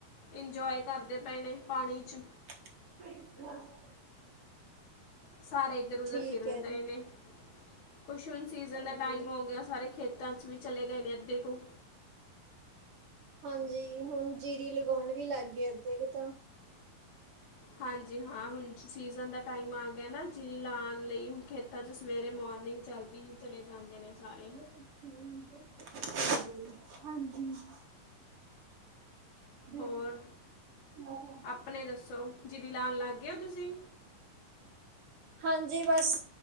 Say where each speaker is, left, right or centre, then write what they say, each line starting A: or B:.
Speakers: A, on the left; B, on the right.
A: ਇੰਜੋਏ ਕਰਦੇ ਪਏ ਨੇ ਪਾਣੀ ਚ
B: <inaudible>
A: ਸਾਰੇ ਇੱਧਰ ਉਧਰ
B: ਠੀਕ
A: ਫਿਰਨਦਾਏ
B: ਹੈ ਜੀ,
A: ਨੇ ਕੁਛੁਨ ਸੀਜ਼ਨ
B: ਹਾਂਜੀ।
A: ਦਾ ਟਾਈਮ ਹੋ ਗਿਆ ਸਾਰੇ ਖੇਤਾਂ ਚ ਵੀ ਚਲੇ ਗਏ ਨੇ ਅੱਧੇ ਕੁੂ
B: ਹਾਂਜੀ ਹੁਣ ਜੀਰੀ ਲਗਾਉਣ ਵੀ ਲੱਗ ਗਏ ਅੱਧ ਕੁ ਤਾਂ।
A: ਹਾਂਜੀ ਹਾਂ ਹੁਣ ਸੀਜ਼ਨ ਦਾ ਟਾਈਮ ਆ ਗਿਆ ਨਾ ਜਿਂਰੀ ਲਾਉਣ ਲਈ। ਖੇਤਾਂ ਚ ਸਵੇਰੇ ਮੋਰਨਿੰਗ ਚਲਦੀ ਹੀ ਚਲੇ ਜਾਂਦੇ ਨੇ ਸਾਰੇ।
B: <inaudible> <inaudible>
A: ਹੋਰ ਆਪਣੇ ਦੱਸੋ ਜੀਰੀ ਲਾਉਣ ਲਾਗੇ ਹੋ ਤੁਸੀਂ
B: ਹਾਂਜੀ ਬਸ